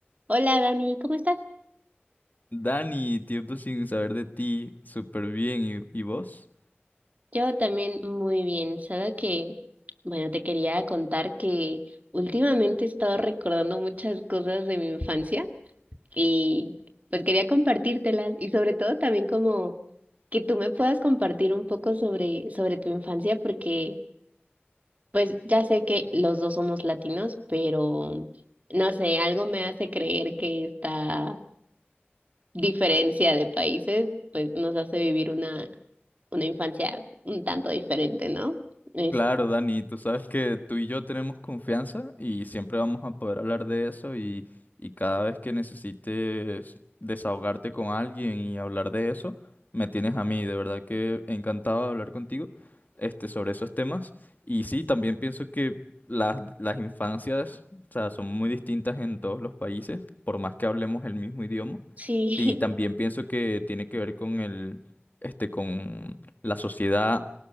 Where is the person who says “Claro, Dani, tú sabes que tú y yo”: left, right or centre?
Left